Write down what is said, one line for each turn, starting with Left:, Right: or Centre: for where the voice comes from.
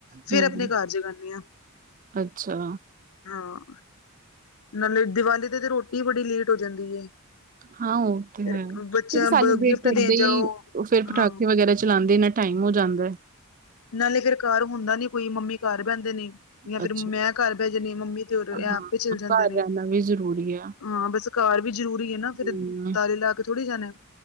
Left: ਫਿਰ
Right: ਹਮ
Left: ਆਪਣੇ ਘਰ ਜਗਾਉਦੀਆ।
Right: ਅੱਛਾ।
Left: ਹਾਂ, ਨਾਲੇ ਦੀਵਾਲੀ ਤੇ-ਤੇ ਰੋਟੀ ਬੜੀ ਲੇਟ ਹੋ ਜਾਂਦੀ ਹੈ।
Right: ਹਾਂ ਉਹ ਤੇ
Left: ਫਿਰ
Right: ਹੈ।
Left: ਬੱਚਿਆਂ
Right: ਕਿਉਕਿ ਸੈਲੀਬ੍ਰੇਟ
Left: ਗਿਫਟ
Right: ਕਰਦੇ
Left: ਦੇਣ ਜਾਓ
Right: ਹੀ ਉਹ ਫੇਰ ਪਟਾੱਕੇੇ
Left: ਹਾਂ
Right: ਵਗੈਰਾ ਚਲਾਉਂਦੇ, ਇਹਨੇ ਟਾਈਮ ਹੋ ਜਾਂਦਾ ਏ।
Left: ਨਾਲੇ ਫੇਰ ਘਰ ਹੁੰਦਾ ਨਈਂ, ਕੋਈ ਮੰਮੀ ਘਰ ਬਹਿੰਦੇ ਨੇ। ਯਾਂ ਫੇਰ
Right: ਅੱਛਾ
Left: ਮੈਂ ਘਰ ਬੈ ਜਾਂਨੀ ਆਂ, ਮੰਮੀ ਤੇ ਹੋਰ ਇਹ
Right: ਹਾਂ
Left: ਆਪੇ ਈ ਚੱਲ ਜਾਂਦੇ
Right: ਘਰ
Left: ਨੇ।
Right: ਰਹਿਣਾ ਵੀ ਜ਼ਰੂਰੀ ਆ
Left: ਹਾਂ ਬਸ ਘਰ ਵੀ ਜ਼ਰੂਰੀ ਏ ਨਾ ਫੇਰ,
Right: ਹਮ
Left: ਤਾਲੇ ਲਾ ਕੇ ਥੋੜ੍ਹੀ ਜਾਣਾ।